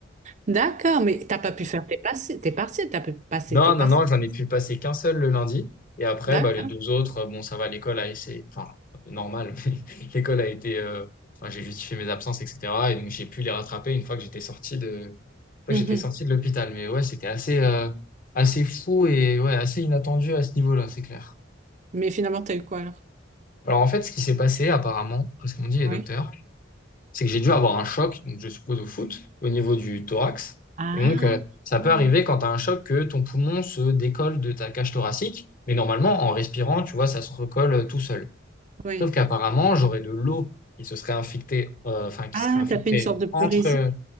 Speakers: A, on the right (about 40°); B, on the left (about 45°).
A: D'accord, mais t'as pas pu faire tes passés, tes partiels, t'as pu passer
B: Non,
A: tes partiels.
B: non, non, j'en ai pu passer qu'un seul le lundi. Et après,
A: D'accord.
B: bah, les deux autres, euh, bon, ça va, l'école a essayé, enfin, normal, <laughs> mais l'école a été, euh, enfin, j'ai justifié mes absences, etc. Et donc, j'ai pu les rattraper une fois que j'étais sorti de, une fois
A: Mhm.
B: que j'étais sorti de l'hôpital. Mais ouais, c'était assez, euh, assez fou et ouais, assez inattendu à ce niveau-là, c'est clair.
A: Mais finalement, t'as eu quoi alors?
B: Alors, en fait, ce qui s'est passé, apparemment, parce qu'on dit les
A: Oui.
B: docteurs, c'est que j'ai dû avoir un choc, donc je suppose au foot, au niveau du thorax.
A: Ah,
B: Et donc, euh, ça peut
A: mm,
B: arriver quand tu as un choc que ton poumon se décolle de ta cage thoracique, mais normalement, en respirant, tu vois, ça se recolle euh, tout seul.
A: oui.
B: Sauf qu'apparemment, j'aurais de l'eau qui se serait infectée, euh, enfin, qui
A: Ah,
B: serait infiltrée
A: t'as fait une sorte de pleurésie.
B: entre. euh,